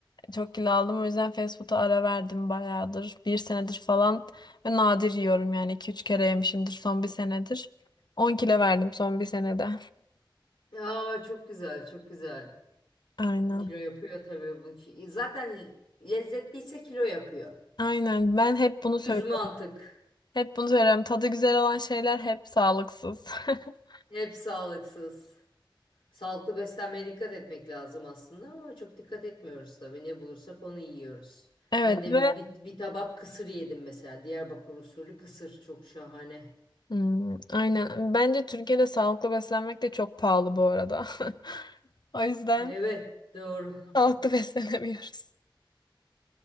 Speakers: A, on the left (about 55°); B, on the left (about 85°).
A: çok kilo aldım o yüzden fast food'a ara verdim bayağıdır bir senedir falan ve nadir yiyorum yani iki üç kere yemişimdir son bir senedir 10 kilo verdim son bir senede.
B: Aa çok güzel, çok güzel.
A: Aynen.
B: Kilo yapıyor tabii bu. ki- Zaten lezzetliyse kilo yapıyor.
A: Aynen ben hep bunu söylüyorum.
B: Düz mantık.
A: Hep bunu söylerim. Tadı güzel olan şeyler hep sağlıksız. <laughs>
B: Hep sağlıksız. Sağlıklı beslenmeye dikkat etmek lazım aslında ama çok dikkat etmiyoruz tabii. Ne bulursak onu yiyoruz.
A: Evet
B: Ben demin
A: ve
B: bir, bir tabak kısır yedim mesela. Diyarbakır usulü kısır çok şahane.
A: Hmm, aynen. Bence Türkiye'de sağlıklı beslenmek de çok pahalı bu arada. <laughs> O yüzden
B: Evet, doğru. <laughs>
A: sağlıklı <laughs> beslenemiyoruz.